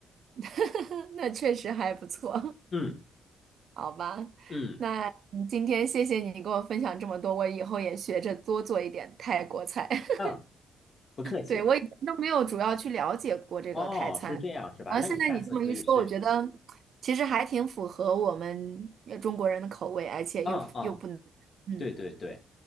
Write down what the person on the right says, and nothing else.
<laughs> 那确实还不错，
好吧？
那嗯今天谢谢你给我分享这么多，我以后也学着多做一点泰国菜。<laughs>
对，我以前都没有主要去了解过这个泰餐，
然后现在你这么一说，
我觉得其实还挺符合我们呃中国人的口味，而且又又不能，
嗯，